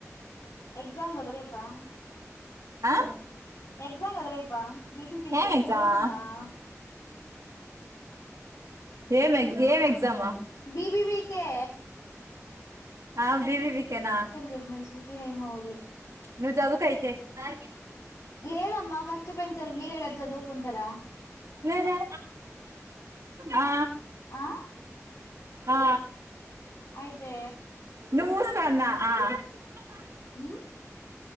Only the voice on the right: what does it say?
ఆ
ఏం ఎగ్జామా
ఏం ఎగ్జ్ ఏం ఎగ్జామ్
ఆ బీబీ బీకేనా
నువ్ జదువుకో ఐతే <unintelligible>
రా ఆ
ఆ
నువ్వు మూసుకో అన్న <inaudible>